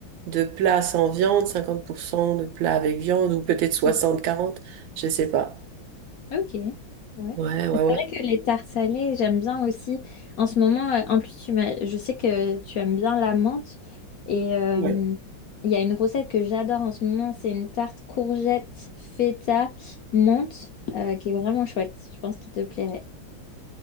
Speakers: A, on the right; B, on the left.
A: de plats sans viande, 50% de plats avec viande, ou peut-être soixante
B: Mm.
A: quarante, je sais pas.
B: Ok, ouais.
A: Ouais, ouais,
B: C'est
A: ouais.
B: vrai que les tartes salées, j'aime bien aussi. En ce moment, euh, en plus, tu m'as, je sais que tu aimes bien la menthe. Et euh,
A: Ouais.
B: il y a une recette que j'adore en ce moment, c'est une tarte courgette, feta, menthe, euh, qui est vraiment chouette. Je pense qu'il te plairait.